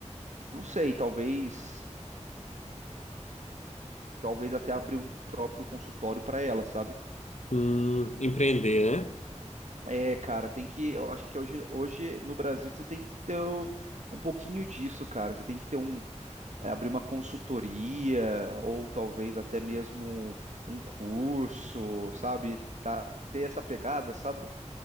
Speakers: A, on the right (about 75°); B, on the left (about 70°).
A: não sei, talvez, talvez até abrir um próprio consultório para ela, sabe?
B: hum, empreender, né?
A: É, cara, tem que, eu acho que hoje, hoje no Brasil você tem que ter o- um pouquinho disso, cara. Você tem que ter um, é, abrir uma consultoria ou talvez até mesmo um, um curso, sabe? Tá, ter essa pegada, sabe?